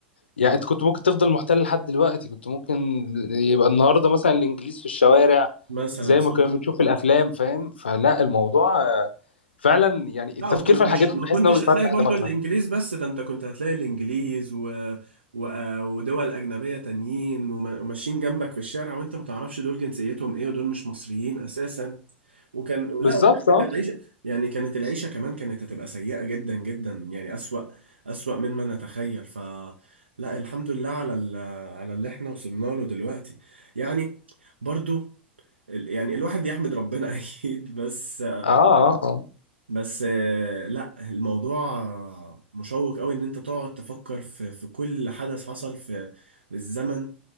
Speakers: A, on the left; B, on the right.
A: يعني انت كنت ممكن تفضل محتل لحد دلوقتي كنت ممكن يبقى النهارده مثلا الانجليز في الشوارع
B: مثلا
A: زي
B: صح
A: ما كنا بنشوف في
B: صح
A: الافلام فاهم فلا الموضوع آه، فعلا يعني التفكير
B: لا وكنتش
A: في الحاجات
B: ما
A: دي بحيث
B: كنتش
A: ان هو بيفتح
B: هتلاقي برضو
A: دماغنا
B: الانجليز بس ده انت كنت هتلاقي الانجليز و... و... ودول اجنبيه تانيين وما- وماشيين جنبك في الشارع وانت ما تعرفش دول جنسيتهم ايه ودول مش مصريين اساسا وكان
A: بالظبط
B: لا وكانت
A: اه
B: العيشه يعني كانت العيشه كمان كانت هتبقى سيئه جدا جدا يعني اسوأ اسوأ مما نتخيل ف لا الحمد لله على ال... على اللي احنا وصلنا له دلوقتي يعني برضو ال- يعني الواحد يحمد ربنا <laughs> اكيد بس
A: اه اه
B: بس آه، لا الموضوع آه، مشوق قوي ان انت تقعد تفكر في في كل حدث حصل في في الزمن